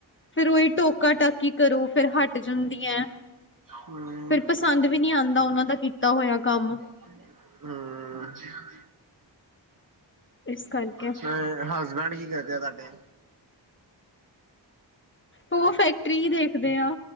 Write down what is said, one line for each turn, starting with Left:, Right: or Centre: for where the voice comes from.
Left: ਫਿਰ ਉਹੀ ਟੋਕਾ ਟਾਕੀ ਕਰੋ ਫੇਰ ਹਟ ਜਾਂਦੀਆਂ।
Right: ਹੂੰ
Left: ਫਿਰ ਪਸੰਦ ਵੀ ਨਹੀਂ ਆਂਦਾ ਉਹਨਾਂ ਦਾ ਕੀਤਾ ਹੋਇਆ ਕੰਮ।
Right: ਹੂੰ,
Left: ਇਸ ਕਰਕੇ।
Right: ਤੇ ਹਸਬੈਂਡ ਕੀ ਕਰਦੇ ਆ ਤੁਹਾਡੇ?
Left: ਉਹ ਫੈਕਟਰੀ ਈ ਦੇਖਦੇ ਆ।